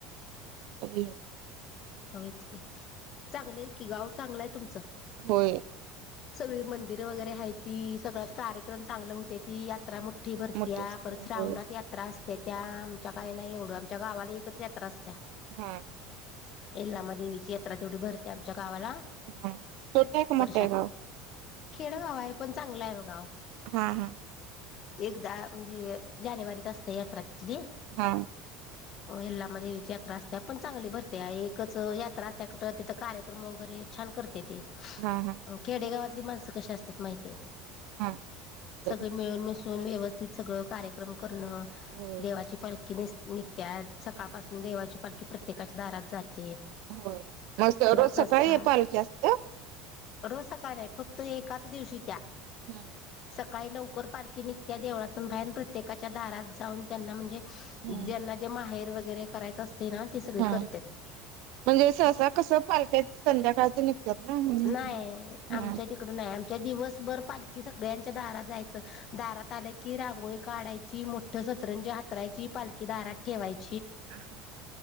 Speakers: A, on the right; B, on the left.
A: स <inaudible>
B: होच का चांगलंय कि गाव चांगलं आहे तुमचं,
A: होय.
B: सगळी मंदिरं वगैरे आहे ती सगळच कार्यक्रम चांगले होते ती यात्रा मो ठी भरत्या
A: मोठे असते
B: परत
A: होय
B: श्रावणात यात्रा असत्या त्या आमच्या काही नाही एवढं आमच्या गावाला एकच यात्रा असत्या.
A: हा
B: येलाम्मा देवीची यात्रा तेवडी भरते आमच्या गावाला
A: हा छोटे आहे का मोठे
B: वर्शात
A: आहे गाव
B: खेडगाव आहे. पण चांगलं आहे मग गाव
A: हा हा.
B: एकदा म्हणजे जानेवारीत असते यात्रा तिथली.
A: हा!
B: हो यल्लामा देवीची यात्रा असत्या पण चांगली भरते. त्या एकच यात्रा असत्या कूट तिथं कार्यक्रम वगैरे छान कर तेते
A: हा हा
B: खेडेगावातली माणसं कशी असत्यात माहितीय
A: हा होय
B: सगळे मिळून, मिसून व्यवस्थित सगळं कार्यक्रम परन
A: होय
B: देवाची पालखी निस निघते आज सकाळ पाासून देवाची पालखी प्रत्येकाच्या दारात जात
A: होय मस्त रोज
B: प्रसाद
A: सकाळी अ पालखी असते?
B: रोज सकाळ नाही फक्त एकाच दिवशी त्या.
A: हूं!
B: काळी लवकर पालकी निघतीया, त्या देवळातून भाहेन प्रत्येकाच्या दारात जाऊन त्यांना म्हणजे
A: हम्म
B: ज्यांना जे माहेर वगैरे करायचं असते ना ते सगळे
A: हा
B: करत्यात.
A: म्हणजे सहसा कस पालख्याच संध्याकाळच निघत्या त ना म्हणून
B: नाही
A: म्हणलं.
B: आमच्या तिकडं नाही आमच्या दिवसभर पालखी सगळ्यांच्या दारात जायचं. दारात आलं की रांगोळी काढायची मोठी सतरंजी हातरायची पालखी दारात ठेवायची.
A: हम्